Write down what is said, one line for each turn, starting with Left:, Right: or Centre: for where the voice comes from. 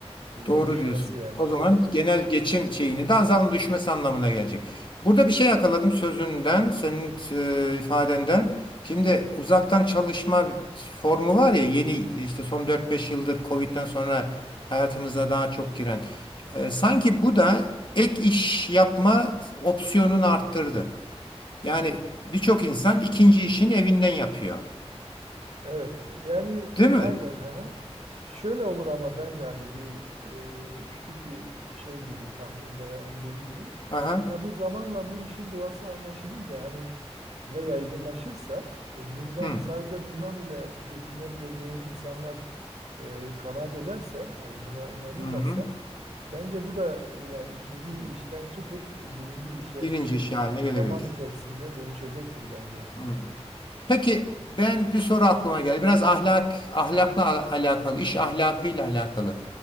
Right: ve
Left: Doğru
Right: düşmesi
Left: diyorsun.
Right: yani.
Left: O
Right: Bu
Left: zaman
Right: da bir-
Left: genel geçim şeyini de azam düşmesi anlamına gelecek. Burada bir şey yakaladım sözünden, senin e, ifadenden. Şimdi uzaktan çalışma formu var ya yeni işte son dört beş yıldır Covid'den sonra hayatımıza daha çok giren. E, sanki bu da ek iş yapma opsiyonunu arttırdı. Yani birçok insan ikinci işini evinden yapıyor.
Right: evet yani
Left: Değil mi?
Right: aynen ha. Şöyle olur ama bence hani bir e, küçük bir şey gibi tahmin veya öngörü gibi.
Left: Aha.
Right: Ya bu zamanla bu işin doğası anlaşılınca hani ve yaygınlaşırsa e, bundan
Left: Hı.
Right: sadece bundan bile geçinebileceğini insanlar e, kanaat ederse yani buna inanırlarsa
Left: Hı hı.
Right: bence bu da e, yani ikinci işten çıkıp birinci işe
Left: Birinci iş haline gelebilir.
Right: zaman içerisinde dönüşecektir bence.
Left: Hı. Peki ben bir soru aklıma geldi. Biraz ahlak, ahlakla al- alakalı, iş ahlakıyla alakalı.